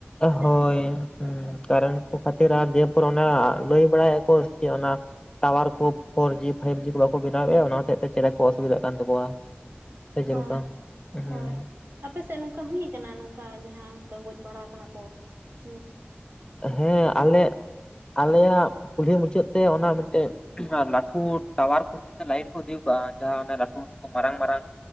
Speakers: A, on the right (about 60°); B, on the left (about 20°).
A: ᱦᱮᱸᱥᱮ
B: ᱦᱳᱭ। ᱦᱩᱸ ᱠᱟᱨᱮᱱᱴ ᱠᱚ ᱠᱷᱟᱹᱛᱤᱨ ᱟᱨ ᱫᱤᱭᱮᱯᱚᱨ ᱚᱱᱟ ᱞᱟᱹᱭ ᱵᱟᱲᱟᱭᱮᱫ ᱠᱚ ᱥᱮᱪᱮᱫ ᱚᱱᱟᱼᱼ ᱴᱟᱣᱟᱨ ᱠᱚ ᱯᱷᱳᱨᱡᱤ ᱯᱷᱟᱭᱤᱵ ᱡᱤ ᱠᱚ ᱵᱟᱠᱚ ᱵᱮᱱᱟᱣᱮᱫᱼᱟ ᱚᱱᱟ ᱦᱚᱛᱮᱡ ᱛᱮ ᱪᱮᱬᱮ ᱠᱚ ᱚᱥᱩᱵᱤᱫᱷᱟᱜ ᱠᱟᱱ ᱛᱟᱠᱚᱣᱟ। ᱥᱮ ᱪᱮᱫ
A: ᱦᱳᱭ
B: ᱞᱮᱠᱟ ᱦᱮᱸ
A: ᱦᱳᱭ। ᱟᱯᱮ ᱥᱮᱫ ᱱᱚᱝᱠᱟ ᱦᱩᱭ ᱠᱟᱱᱟ ᱱᱚᱝᱠᱟ ᱡᱟᱦᱟᱸ ᱚᱱᱠᱟ ᱜᱚᱡ ᱵᱟᱲᱟ ᱠᱟᱱᱟ ᱠᱚ ᱦᱩᱸ।
B: ᱦᱮᱸ ᱟᱞᱮᱼᱼ ᱟᱞᱮᱭᱟᱜ ᱠᱩᱞᱦᱤ ᱢᱩᱪᱟᱹᱫ ᱛᱮ ᱚᱱᱟ ᱢᱤᱫᱴᱮᱡ ᱞᱟᱴᱩ ᱴᱟᱣᱟᱨᱼᱼ ᱞᱟᱭᱤᱱ ᱠᱚ ᱤᱫᱤ ᱠᱟᱜᱼᱟ ᱡᱟᱦᱟᱸ ᱞᱟᱹᱴᱩ ᱞᱟᱹᱴᱩ ᱢᱟᱨᱟᱝ ᱢᱟᱨᱟᱝ